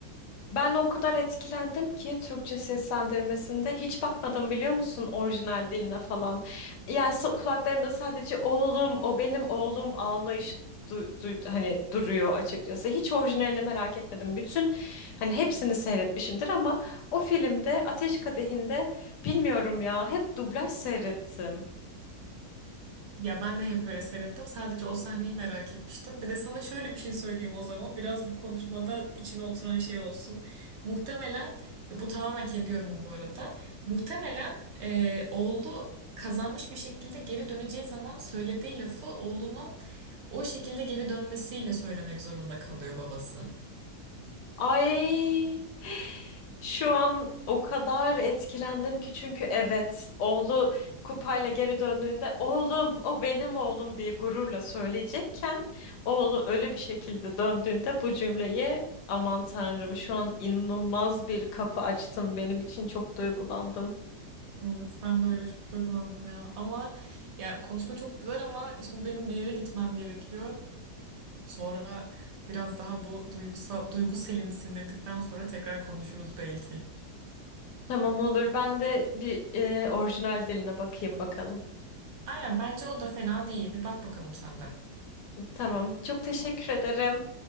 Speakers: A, on the left; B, on the right.
A: Ben o kadar etkilendim ki Türkçe seslendirmesinde hiç bakmadım biliyor musun orijinal diline falan. Yani so- kulaklarımda sadece oğlum o benim oğlum ağlayışı du- du- hani duruyor açıkçası. Hiç orijinalini merak etmedim. Bütün hani hepsini seyretmişimdir ama o filmde Ateş Kadehi'nde bilmiyorum ya hep dublaj seyrettim.
B: Ya ben de hep öyle seyrettim. Sadece o sahneyi merak etmiştim. Bir de sana şöyle bir şey söyleyeyim o zaman. Biraz bu konuşmada içine oturan şey olsun. Muhtemelen, e, bu tamamen kendi yorumum bu arada. Muhtemelen e, oğlu kazanmış bir şekilde geri döneceği zaman söylediği lafı oğlunun o şekilde geri dönmesiyle söylemek zorunda kalıyor babası.
A: Ay Şu an o kadar etkilendim ki çünkü evet oğlu kupayla geri döndüğünde oğlum o benim oğlum diye gururla söyleyecekken oğlu ölü bir şekilde döndüğünde bu cümleyi aman tanrım şu an inanılmaz bir kapı açtın benim için çok duygulandım.
B: Evet, ben de öyle çok duygulandım ya. Ama ya konuşma çok güzel ama şimdi benim bir yere gitmem gerekiyor. Sonra biraz daha bu duygusal, duygu selini sindirdikten sonra tekrar konuşuruz belki.
A: Tamam olur ben de bir e, orijinal diline bakayım bakalım.
B: Aynen bence o da fena değil. Bir bak bakalım sen de.
A: Tamam çok teşekkür ederim.